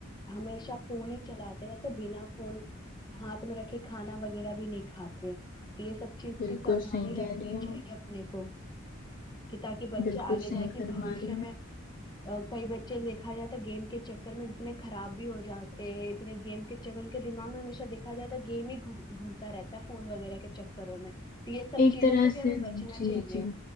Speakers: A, on the left; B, on the left.
A: ہمیشہ فون ہی چلاتے رہتے بنا فون ہاتھ میں رکھے کھانا وغیرہ بھی نہیں کھاتے تو یے سب چیز
B: بالکل
A: کی سودھانی
B: صحیح کہہ
A: رکھنی
B: رہی ہیں
A: چاہیے
B: آپ
A: اپنے کو کی تاکہ بچے
B: بالکل
A: آگے
B: صحیح
A: جاکے
B: فرما
A: بہویشہ
B: رہی ہیں
A: میں کئی بچے دیکھا جائے تو گیم کے چکر میں اتنے خراب بھی ہو جاتے ہیں اتنے گیم جب ان کے دماغ میں ہمیشہ دیکھا جاتا ہے گیم ہی گھومتا رہتا ہے فون وغیرہ کے چکروں میں یہ سب
B: ایک
A: چیزوں
B: طرح
A: سے بھی ہمیں بچنا
B: جی
A: چاہیے
B: جی